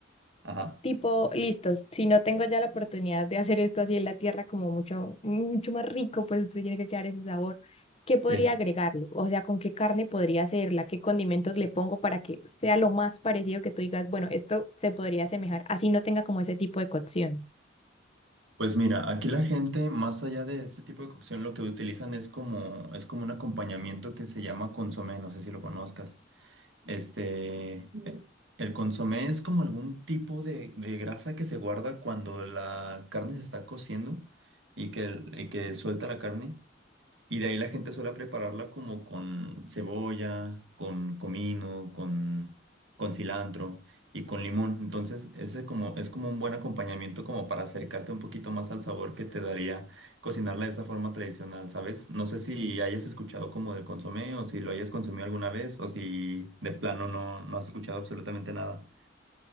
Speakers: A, on the right; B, on the left.
A: Ajá,
B: tipo, listos, si no tengo ya la oportunidad de hacer esto así en la tierra como mucho, mucho más rico, pues tiene que quedar ese sabor. ¿Qué podría
A: sí.
B: agregarle? O sea, ¿con qué carne podría hacerla? ¿Qué condimentos le pongo para que sea lo más parecido que tú digas, bueno, esto se podría asemejar, así no tenga como ese tipo de cocción?
A: Pues mira, aquí la gente, más allá de este tipo de cocción, lo que utilizan es como, es como un acompañamiento que se llama consomé, no sé si lo conozcas. Este, e- el consomé es como algún tipo de, de grasa que se guarda cuando la carne se está cociendo y que, el- y que suelta la carne. Y de ahí la gente suele prepararla como con cebolla, con comino, con, con cilantro y con limón. Entonces, ese como, es como un buen acompañamiento como para acercarte un poquito más al sabor que te daría cocinarla de esa forma tradicional, ¿sabes? No sé si hayas escuchado como del consomé o si lo hayas consumido alguna vez o si de plano no, no has escuchado absolutamente nada.